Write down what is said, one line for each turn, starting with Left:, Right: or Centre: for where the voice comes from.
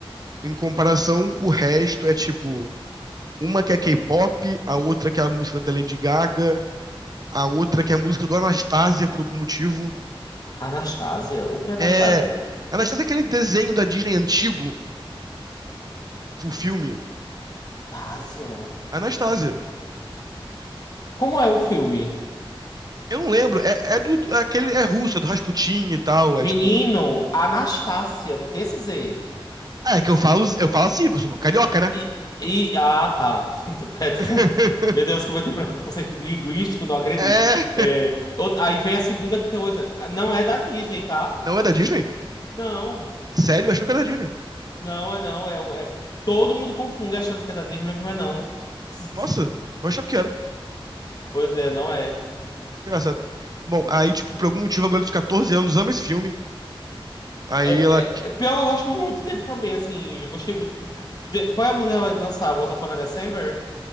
Right: em comparação, o resto é tipo. Uma que é K-pop, a outra que é a música da Lady Gaga, a outra que é a música do Anastasia por algum motivo.
Left: Anastásia? O que é Anastásia?
Right: É. Anastasia é aquele desenho da Disney antigo, o filme.
Left: Anastásia?
Right: Anastasia.
Left: Como é o filme?
Right: Eu não lembro. É, é do. é aquele é russo, é do Rasputin e tal.
Left: Menino,
Right: É tipo.
Left: Anastácia, não tem esse Z.
Right: É que eu falo, eu falo assim, porque eu sou carioca, né?
Left: E, e ah, tá. <laughs> Então, pera-
Right: <laughs>
Left: Meu Deus, cometi preconceito linguístico, não acredito.
Right: É.
Left: É, out- aí vem a segunda coisa. Ah, Não é da Disney, tá?
Right: Não é da Disney?
Left: Não,
Right: Sério, eu achava que era da Disney.
Left: não é não. É, um- é- todo mundo confunde achando que é da Disney, mas não é não. <laughs>
Right: Nossa, eu achava que era.
Left: Pois é, não é.
Right: Engraçado. Bom, aí, tipo, por algum motivo, a garota de 14 anos ama esse filme. Aí
Left: É, é,
Right: ela.
Left: é pior, eu gosto muito dele também, assim, eu gostei muito. De- qual é a música que ela vai dançar? Once Upon a December?